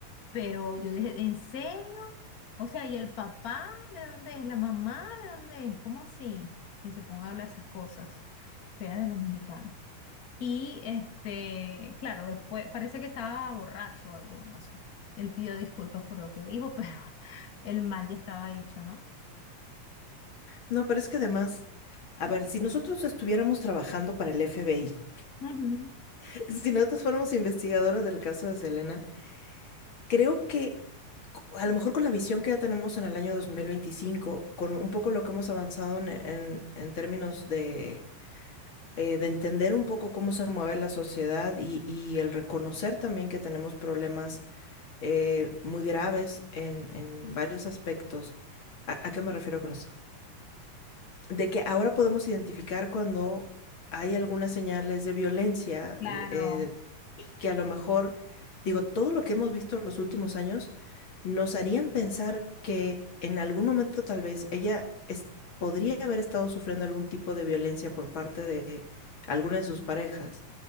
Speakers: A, on the left; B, on the left.
A: Pero yo dije, ¿en serio? O sea, ¿y el papá de dónde es? ¿La mamá de dónde es? ¿Cómo así? Que se ponga a hablar esas cosas feas de los mexicanos. Y este, claro, después parece que estaba borracho o algo, no sé. Él pidió disculpas por lo que dijo, pero <laughs> el mal ya estaba hecho, ¿no?
B: No, pero es que además, a ver, si nosotros estuviéramos trabajando para el FBI,
A: Ujú,
B: <laughs> si nosotros fuéramos investigadoras del caso de Selena, Creo que a lo mejor con la visión que ya tenemos en el año 2025, con un poco lo que hemos avanzado en, en- en términos de, eh, de entender un poco cómo se mueve la sociedad y, y el reconocer también que tenemos problemas eh, muy graves en, en varios aspectos. ¿A, a qué me refiero con esto? de que ahora podemos identificar cuando hay algunas señales de violencia
A: Claro.
B: eh, y que a lo mejor, digo, todo lo que hemos visto en los últimos años nos harían pensar que en algún momento tal vez ella es- podría haber estado sufriendo algún tipo de violencia por parte de alguna de sus parejas